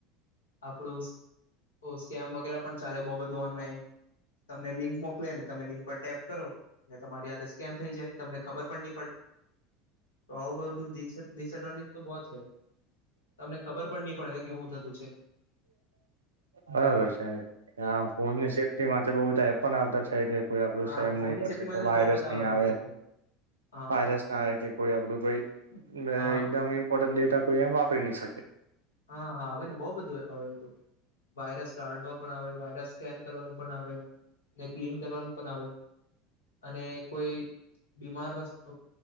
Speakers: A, on the left (about 75°); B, on the right (about 80°).
A: આપણું તો સ્કેમ વગેરે પણ ચાલે બહુ બધું ઓનલાઈન તમને લિંક મોકલેને તમે લિંક પર ટેપ કરો ને તમારી હાથે સ્કેમ થઈ જાય તમને ખબર પણ નહી પડે તો આવું બધું ડિસએડવાન્ટેજ તો બહ છે તમને ખબર પણ નહી પડે કે શું થતું છે
B: બરાબર છે. હા ફોન ની સેફ્ટી બઉુ બધા એ પણ આવતા છે. <unintelligible> કોઈ આપડું
A: હા
B: શેર નહી
A: ફોનની
B: કરશે
A: સેફ્ટી માટે
B: કે
A: તો
B: વાયરસ
A: બહુ બધા
B: નહી
A: એપ
B: આવે
A: આવતા છે હા
B: વાયરસ
A: હા
B: ના આવે કે કોઈ આપડું કોઈ
A: હા
B: એકદમ ઇમ્પોર્ટન્ટ ડેટા કોઈ એમ વાપરી નહી શકે.
A: હા હા હવે તો બો બધું એપ આવ્યું હતું. વાયરસ કાઢવો પણ આવે વાયરસ સ્કેન કરવાનું પણ આવે ને ક્લીન કરવાનું પણ આવે અને કોઈ બીમારતુ